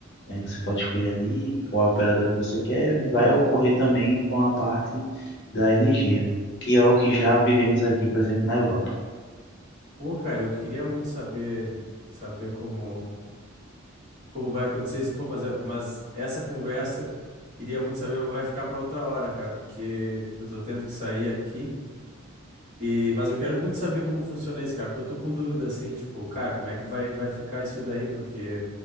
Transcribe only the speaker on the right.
Pô, cara, eu queria muito saber saber como como vai acontecer isso, pô, mas, é- mas essa conversa queria muito saber, mas vai ficar para outra hora, cara, porque eu tô tendo que sair aqui. E, mas eu quero muito saber como funciona isso, cara, porque eu tô com dúvida assim, tipo, cara, como é que vai, vai ficar isso daí? Porque